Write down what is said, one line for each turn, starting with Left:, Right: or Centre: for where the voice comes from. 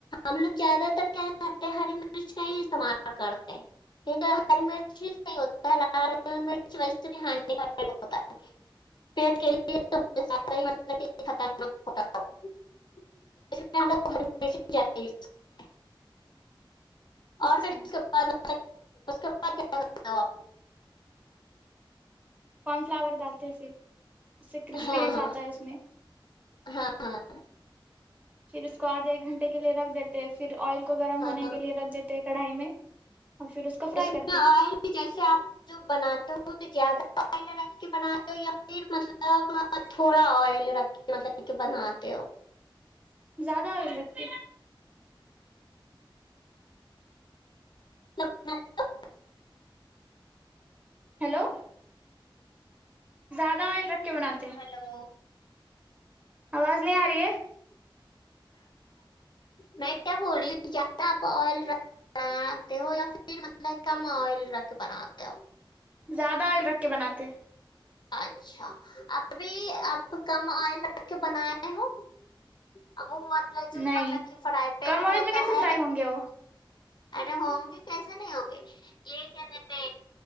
Left: ہم لوگ زیادہ تر کیا کرتے ہیں ہری مرچ کا ہی استعمال کرتے ہیں کیونکہ ہری مرچ ہوتا ہے لال مرچ ویسے بھی ہ کاتا ہے پیٹ کےے خطرنا ہوتاوگ <unintelligible> اور
Right: اچھا
Left: کے بعد اس کے بعد کیا لتاوں آپ
Right: کون فلاور ڈالتے پھر اس سے کرسپینیس
Left: ہاں ہاں
Right: آتا ہے اس میں
Left: ہاں ہاں ہ
Right: پھر اس کو آدھے ایک گھنٹے کے لیے رکھ دیتے پھر آئل کو گرم ہونے
Left: ہاں
Right: کے لیے رکھ دیتے کڑھائی میں اور پھر اس کو فرائی کرتے
Left: میں آئل جیسے آپ جو بناتے ہو تو زیادہ آئل رکھ کے بناے ہو یا پھر مطلب تھوڑا آئل رکھ کے مطلب کے بناتے ہو
Right: زیادہ ہو سکتی
Left: سب
Right: ہیلو زیادہ آئل رکھ کے بناتے ہیں،
Left: ہلو
Right: آواز نہیں آ رہی ہے
Left: میں کیا بول رہی ہوں زیادہ آپ آئل رکھ بناتے ہو یا پھر مطلب کم آئل رکھ بناتے ہو
Right: زیادہ عل رکھ کے بناتے
Left: اچھا ابھی آپ کم آئل رکھ کے بنائے ہو ا وہ جو
Right: نہیں
Left: مطلب کہ فرائی پین
Right: کم آئل
Left: ہوتا
Right: میں کیسے
Left: ہے
Right: فرائی ہوں گے وہ
Left: ارے ہوں گے کیسے نہیں ہوں گے یہ کیا کہتے